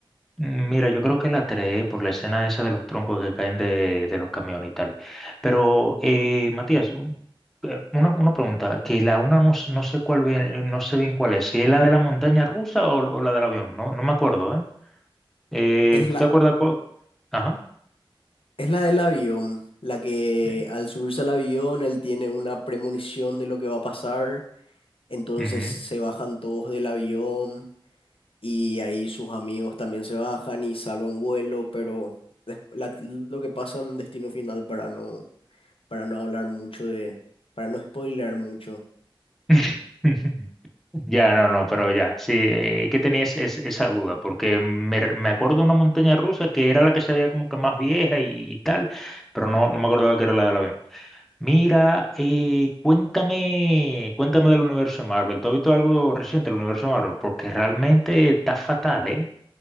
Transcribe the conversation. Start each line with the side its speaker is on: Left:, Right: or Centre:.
Centre: Mm, Mira, yo creo que la tres por la escena esa de los troncos que caen de, de los camiones y tal. Pero, eh, Matías, un- eh, una, una pregunta, que la una no, s- no sé cuál bien, no sé bien cuál es, si es la de la montaña rusa o, o la del avión, no, no me acuerdo, ¿eh? Eh,
Left: Es la,
Centre: ¿tú te acuerdas cuál? Ajá.
Left: es la del avión, la que
Centre: eh,
Left: al subirse al avión él tiene una premonición de lo que va a pasar, entonces
Centre: ujú.
Left: se bajan todos del avión y ahí sus amigos también se bajan y salvan vuelo, pero des- la- lo que pasa en Destino Final para no... para no hablar mucho de, para no spoilear mucho.
Centre: <laughs> Ya, no, no, pero ya, sí, eh, que tenía es- es- esa duda, porque me, re- me acuerdo de una montaña rusa que era la que se veía como que más vieja y, y tal, pero no, no me acordaba que era la del avión. Mira, eh, cuéntame, cuéntame del universo de Marvel. ¿Tú has visto algo reciente del universo de Marvel? Porque realmente está fatal, ¿eh?